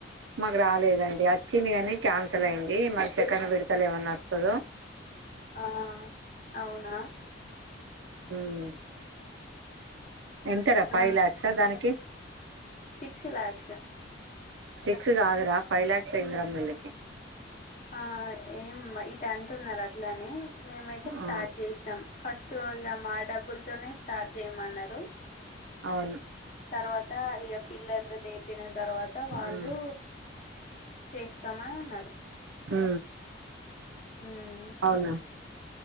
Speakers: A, on the right; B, on the left.
A: మాకు రాలేదండి అచ్చింది గనీ క్యాన్సల్ అయింది మరి సెకను విడతల ఏమన్నా అస్తదో
B: ఆ అవునా
A: ఊమ్ ఎంతర ఫై
B: ఆ
A: లాక్సా దానికి
B: సిక్స్ ల్యాక్స్
A: సిక్స్ గాదురా ఫైవ్ ల్యాక్ ఇందిరమ్మ ఇల్లుకి
B: ఆ ఏం ఇటు అంటున్నారు అట్లనే మేమైతే స్టార్ట్
A: ఆ
B: జేస్నమ్ ఫస్ట్ ఇక మా డబ్బుల తోనే స్టార్ట్ జేయమన్నారు
A: అవును
B: తర్వాత ఇగ పిల్లర్లు లేపినం తర్వాత వాళ్ళు
A: ఉమ్
B: చేస్తామని అన్నారు
A: హ
B: ఉమ్
A: అవునా